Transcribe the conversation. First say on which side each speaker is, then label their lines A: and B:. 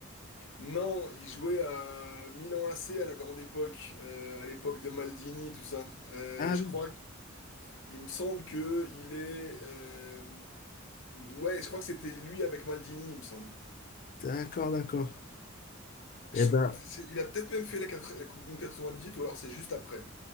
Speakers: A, on the left (about 65°); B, on the left (about 45°).
A: Non, il jouait à Milan AC à la grande époque, euh, à l'époque de Maldini, tout ça. Euh,
B: Ah
A: je
B: oui,
A: crois qu'il me semble que il est. euh, Ouais, je crois que c'était lui avec Maldini, il me semble.
B: d'accord, d'accord. Eh
A: Je-
B: ben,
A: c'est- il a peut-être même fait la, quatre- la Coupe du Monde 98 ou alors c'est juste après.